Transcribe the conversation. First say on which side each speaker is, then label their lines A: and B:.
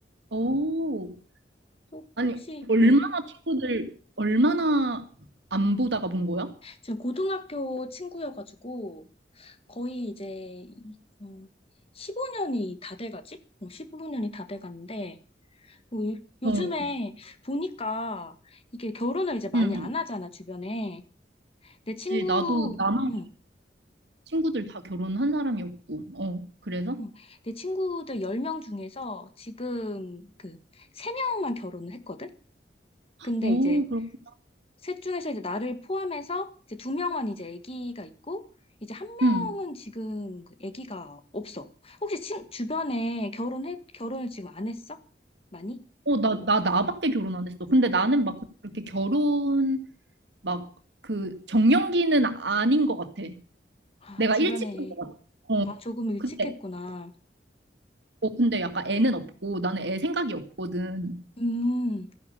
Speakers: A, on the right; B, on the left.
A: 오.
B: 혹-
A: 아니,
B: 혹시,
A: 얼마나
B: 음,
A: 친구들, 얼마나 안 보다가 본 거야?
B: 지금 고등학교 친구여가지고, 거의 이제, 어, 15년이 다 돼가지? 어, 15년이 다 돼가는데, 뭐 요- 요즘에
A: 어,
B: 보니까 이게 결혼을 이제 많이
A: 응.
B: 안 하잖아, 주변에. 내 친구,
A: 그치, 나도 나만
B: 응,
A: 친구들 다 결혼한 사람이었고, 어, 그래서?
B: 응. 내 친구들 10명 중에서 지금 그 3명만 결혼을 했거든? 근데
A: 오,
B: 이제
A: 그렇구나.
B: 셋 중에서 이제 나를 포함해서 이제 2명만 이제 아기가 있고, 이제 한 명은
A: 응.
B: 지금 그 아기가 없어. 혹시 친, 주변에 결혼해, 결혼을 지금 안 했어? 많이?
A: 어, 나, 나, 나밖에 결혼 안 했어. 근데 나는 막 그렇게 결혼, 막 그 정년기는 아닌 것 같아.
B: 아,
A: 내가
B: 주변에.
A: 일찍 산 거 같아. 어.
B: 아, 조금 일찍
A: 근데,
B: 했구나.
A: 어, 근데 약간 애는 없고, 나는 애 생각이 없거든.
B: 음.